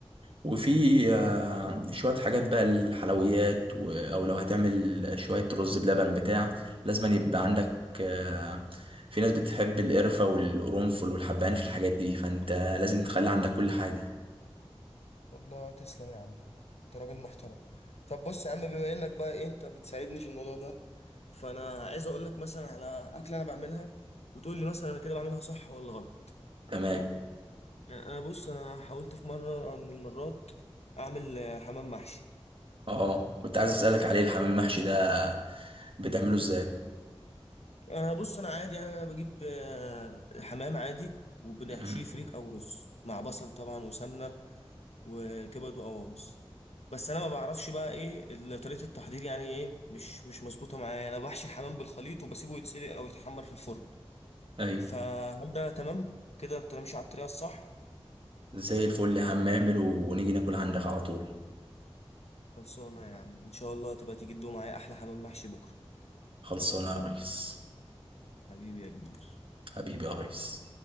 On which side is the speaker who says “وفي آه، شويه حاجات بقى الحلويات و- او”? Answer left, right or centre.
Right